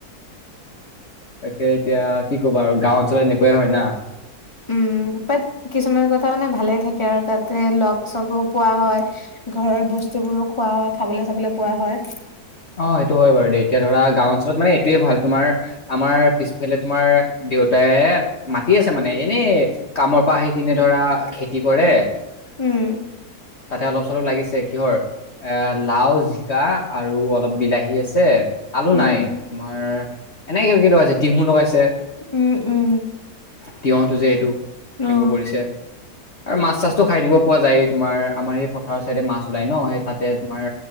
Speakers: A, on the left; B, on the left.
A: তাকে এতিয়া কি কবা আৰু গাঁও অঞ্চলত এনেকুৱাই হয় না।
B: উম তাত কিছুমান কথা মানে ভালে থাকে আৰু তাতে লগ-চগো পোৱা হয়। ঘৰৰ বস্তুবোৰো খোৱা খাবলে চাবলে পোৱা হয়।
A: অ' সেইটো হয় বাৰু দেই! এতিয়া ধৰা গাঁও অঞ্চলত মানে এইটোৱে ভাল তোমাৰ আমাৰ পিছফালে তোমাৰ দেউতাই মাটি আছে মানে এনেই কামৰ পৰা আহি কিনে ধৰা খেতি কৰে।
B: উম,
A: তাতে অলপ-চলপ লাগিছে। কিহৰ এ লাউ, জিকা আৰু অ অলপ বিলাহী আছে, আলু
B: উম,
A: নাই তোমাৰ এনে কিবা-কিবি লগাইছে তিহু লগাইছে।
B: উম উম।
A: তিয়তো যে এইটো
B: অ'।
A: এইবোৰ কৰিছে। আৰু মাছ-চাছটো খাই থাকিব পোৱা যায়য়ে তোমাৰ আমাৰ সেই পথাৰৰ চাইডে মাছ ওলায় ন'! সেই তাতে তোমাৰ